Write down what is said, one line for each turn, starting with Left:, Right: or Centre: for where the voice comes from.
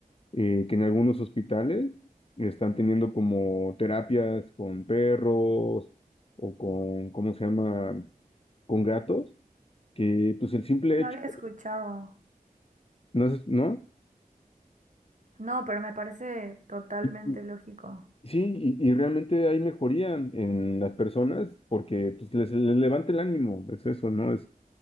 Left: eh, que en algunos hospitales están teniendo como terapias con perros o con, ¿cómo se llama? Con gatos, que pues el simple
Right: No
Left: hecho,
Right: había escuchado.
Left: no es, ¿no?
Right: No, pero me parece totalmente
Left: Y- y-
Right: lógico.
Left: Sí, y, y realmente hay mejoría en las personas porque pues les, les levanta el ánimo, es eso, ¿no? Es